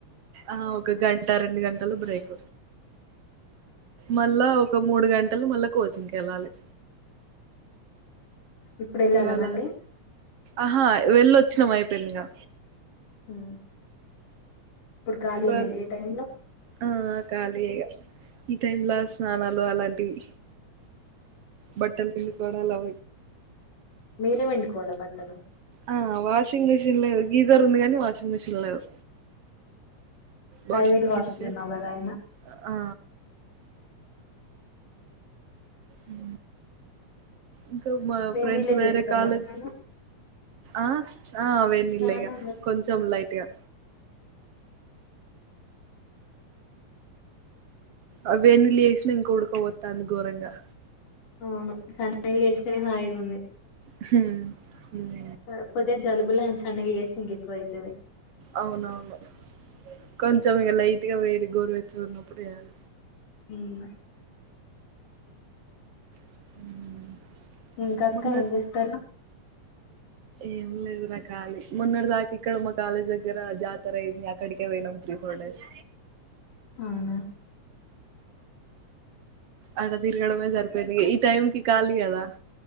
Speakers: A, on the right; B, on the left.
A: ఆ ఒక గంట ర రడు గంటలు బ్రేక్ మళ్ళా ఒక మూడు గంటలు మళ్ళా కోచింగ్ వెళ్ళాలి
B: ఇప్పుడు వెళ్ళాలా
A: ఇవాళ
B: మళ్ళీ
A: ఆహా వెళ్ళొచ్చినాం అయిపోయిందిగా
B: హ ఇప్పుడు ఖాళీన
A: ఇవాళ
B: గీ టైమ్ లో
A: ఆ ఖాళీయే ఈ టైమ్ లో స్నానాలు అలాంటివి బట్టలు పిండుకోడలు
B: మీరే పిండుకోవాల బట్టలు
A: ఆ వాషింగ్ మిషిన్ లేదు గీజర్ ఉంది కానీ వాషింగ్ మిషిన్ లేదు
B: private
A: washing machine
B: hostel
A: set
B: నగాదయినా
A: ఆ అ ఇంకా మా
B: వేడి
A: ఫ్రెండ్స్
B: నీళ్ళే
A: వేరే
B: చేస్తాలా
A: కాల
B: స్నానం
A: ఆ ఆ వేడి నీళ్లే
B: స్నానం
A: గా కొంచం లైట్గా ఆ వే నీళ్లే ఇం కూడుకోవత్తాంద ఘోరంగా
B: అవును స పెళ్లి చేస్తేనే హాయిగా ఉంది.
A: హమ్
B: కాకపోతే జలుబుల సన వేస్తంగ్ ఎక్కువ అవుతుది
A: అవునవును కొంచెం ఇక లైట్ గా వేడి గోరు వెచ్చగా ఉన్నప్పుడే చేయాల
B: ఆమ్
A: <unintelligible>
B: ఇంకక్క
A: మొన్నటి
B: ఏం చేస్తున్నావు?
A: ఏం లేదు రా కాలి మొన్నటి దాకా ఇక్కడ మా కాలేజ్ దగ్గర జాతర అయింది. అక్కడికే పోయినాం త్రీ ఫోర్ డేస్.
B: అవునా
A: అలా తిరగడమే సరిపోయింది. ఈ టైం కి కాలి కదా.